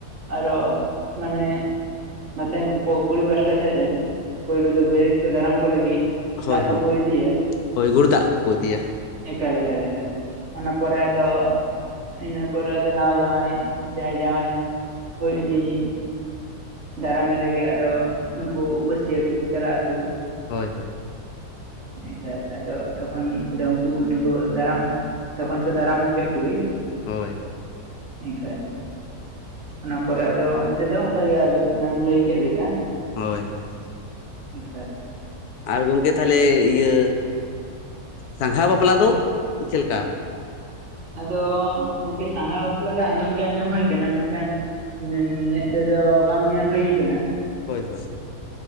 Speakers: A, on the right; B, on the left.
A: ᱟᱨᱚ ᱢᱟᱱᱮ ᱱᱚᱛᱮᱱ ᱠᱚ‌ᱠᱚ ᱠᱩᱲᱤ ᱯᱟᱥᱴᱟ ᱥᱮᱫ ᱨᱤᱱ ᱯᱩᱭᱞᱩ ᱫᱚ ᱵᱟᱹᱭᱨᱛᱟᱹᱛ ᱠᱚ ᱫᱟᱨᱟᱢ ᱠᱚ ᱞᱟᱹᱜᱤᱫ
B: ᱦᱚᱭ
A: ᱫᱟᱜ
B: ᱦᱚᱭ
A: ᱠᱚᱠᱚ ᱤᱫᱤᱭᱟ
B: ᱦᱳᱭ ᱜᱩᱲᱫᱟᱜ ᱠᱚᱠᱚ ᱤᱫᱤᱭᱟ᱾
A: ᱮᱠᱟᱞ ᱮᱠᱟᱞ ᱮᱠᱟᱞ ᱚᱱᱟ ᱯᱚᱨᱮ ᱟᱫᱚ ᱤᱱᱟᱹ ᱯᱚᱨᱮ ᱟᱫᱚ ᱱᱟᱶᱟ ᱡᱟᱶᱟᱭ ᱡᱟᱦᱟᱸᱭ ᱡᱟᱶᱟᱭ ᱦᱳᱭ ᱩᱱᱤ ᱫᱟᱨᱟᱢᱮ ᱞᱟᱹᱜᱤᱫ ᱟᱫᱚ ᱩᱱᱠᱩ ᱩᱯᱟᱹᱥᱤᱭᱟᱹ ᱠᱩ ᱠᱩ ᱪᱟᱞᱟᱜ ᱟᱹᱠᱩ᱾
B: ᱦᱳᱭ ᱦᱳᱭ
A: ᱮᱠᱟᱞ ᱟᱫᱚ ᱛᱚᱠᱷᱚᱱ ᱟᱫᱚ ᱩᱝᱠᱩ ᱩᱱᱤ ᱠᱚ ᱫᱟᱨᱟᱢ, ᱛᱚᱠᱷᱚᱱ ᱠᱚ ᱫᱟᱨᱟᱢ ᱟᱹᱜᱩ ᱠᱮᱫ ᱠᱚ ᱜᱮ
B: ᱦᱳᱭ
A: ᱤᱱᱠᱟᱹ ᱚᱱᱟ ᱯᱚᱨᱮ ᱟᱫᱚ ᱛᱮᱫᱚ ᱚᱱᱠᱟ ᱜᱮ ᱟᱫᱚ ᱞᱟᱹᱭ ᱠᱮᱫ ᱞᱮᱠᱟ
B: ᱦᱳᱭ ᱦᱚᱭ
A: ᱦᱞ
B: ᱟᱨ ᱜᱚᱢᱠᱮ ᱛᱟᱦᱚᱞᱮ ᱤᱭᱟᱹ ᱥᱟᱸᱜᱷᱟ ᱵᱟᱯᱞᱟ ᱫᱚ ᱪᱮᱫ ᱞᱮᱠᱟ
A: ᱟᱫᱚ ᱜᱚᱢᱠᱮ ᱥᱟᱸᱜᱷᱟ ᱵᱟᱯᱞᱟ ᱫᱚ ᱟᱸᱡᱚᱢ ᱜᱮ ᱟᱸᱡᱚᱢ ᱦᱩᱭ ᱟᱠᱟᱱᱟ ᱢᱮᱱᱠᱷᱟᱱ ᱢᱮᱫ ᱛᱮᱫᱚ ᱵᱟᱝ ᱧᱮᱞ ᱦᱩᱭᱩ ᱟᱠᱟᱱᱟ᱾
B: ᱦᱳᱭ ᱦᱳᱭ ᱦᱳᱭ